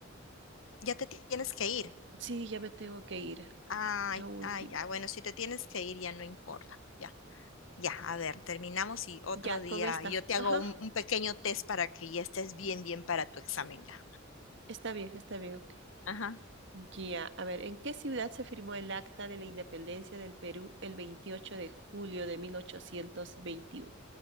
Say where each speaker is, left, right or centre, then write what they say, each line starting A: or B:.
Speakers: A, on the left; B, on the right.
A: Ya te tienes que ir.
B: Sí, ya me tengo que ir.
A: Ay,
B: La última.
A: ay, ya, bueno, si te tienes que ir, ya no importa. pues, ya. Ya, a ver, terminamos y otro
B: Ya, con
A: día
B: esta.
A: yo te hago
B: Ajá.
A: un, un pequeño test para que ya estés bien, bien para tu examen ya.
B: Está bien, está bien. ok.
A: Ajá.
B: Ya, a ver, ¿en qué ciudad se firmó el Acta de la Independencia del Perú el 28 de julio de 1821?